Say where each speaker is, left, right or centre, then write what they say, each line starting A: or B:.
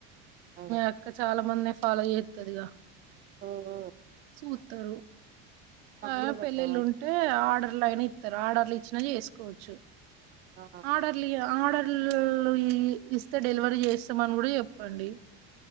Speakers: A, on the right; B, on the right.
A: అదే
B: అక్క చాలా మంది పాలో చేతద్గా
A: ఉ ఊ
B: వుతారు ఆ
A: కూడా
B: పెళ్ళిలు
A: పెట్టామంట
B: ఉం తే ఆర్డర్లు అయిన ఇత్తరు ఆర్డర్లూ ఇచ్చిన చేసుకోవచ్చు
A: ఆ
B: ఆర్డర్ ట్ల ఆర్డర్ల్ ఇ ఇస్తే డెలివరీ చేస్తాం అని గుడా చెప్పండి